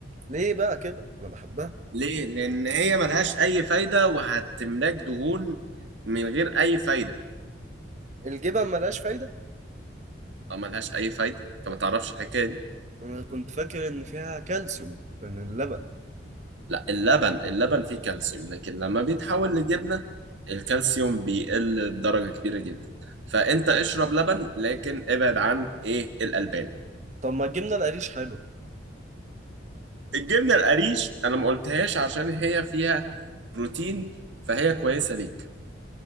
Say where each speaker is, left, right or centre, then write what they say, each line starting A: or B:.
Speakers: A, on the right; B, on the right.
A: ليه بقى كده انا بحبها
B: ليه؟ لأن هي ملهاش أي فايدة وهتملاك دهون من غير أي فايدة
A: الجبن ملهاش فايدة
B: أو ملهاش أي فايدة أنت ما تعرفش الحكاية دي
A: انا كنت فاكر ان فيها كالسيوم من اللبن
B: لا اللبن اللبن فيه كالسيوم لكن لما بيتحول لجبنة الكالسيوم بيقل بدرجة كبيرة جدا فانت اشرب لبن لكن ابعد عن ايه الألبان
A: طب ما الجبنه القريش حلو
B: الجبنة القريش انا ما قلتهاش عشان هي فيها بروتين فهي كويسة ليك